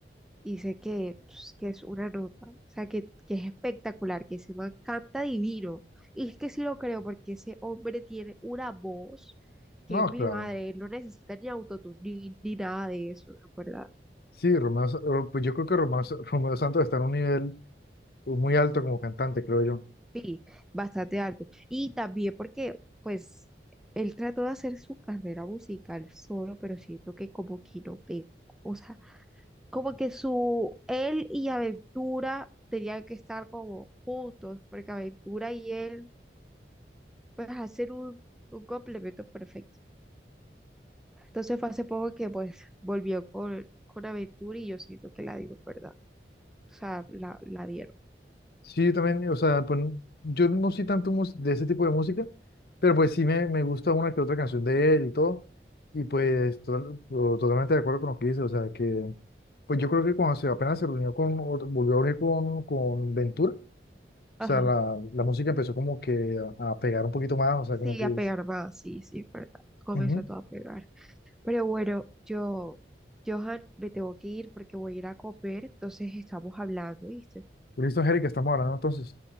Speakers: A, in the centre; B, on the left.
A: dice que, pues, que es una nota, o sea, que, que es espectacular, que se man canta divino. Y es que sí lo creo, porque ese hombre tiene una voz que
B: No,
A: es mi
B: claro.
A: madre, él no necesita ni autotune ni, ni nada de eso, ¿verdad?
B: Sí, Romeo, Sa- Ro- pues yo creo que Romeo, Sa- Romeo Santos está en un nivel muy alto como cantante, creo yo.
A: Sí, bastante alto. Y también porque, pues, él trató de hacer su carrera musical solo, pero siento que como que no pegó. O sea, como que su, él y Aventura tenían que estar como juntos, porque Aventura y él, pues, hacen un, un complemento perfecto. Entonces fue hace poco que, pues, volvió con, con Aventura y yo siento que la dio, ¿verdad? O sea, la, la dieron.
B: Sí, yo también, o sea, pues yo no soy tanto mus- de ese tipo de música, pero pues sí me, me gusta una que otra canción de él y todo, y pues to- to- totalmente de acuerdo con lo que dice, o sea, que pues yo creo que cuando se, apenas se reunió con, o volvió a unir con, con Ventura, o
A: Ajá.
B: sea, la, la música empezó como que a, a pegar un poquito más, o sea, como
A: Sí,
B: que
A: a
B: es...
A: pegar más, sí, sí, es verdad. Comenzó
B: Ujú.
A: todo a pegar. Pero bueno, yo, Johan, me tengo que ir porque voy a ir a comer, entonces estamos hablando, ¿viste?
B: Listo, Angélica, estamos hablando entonces.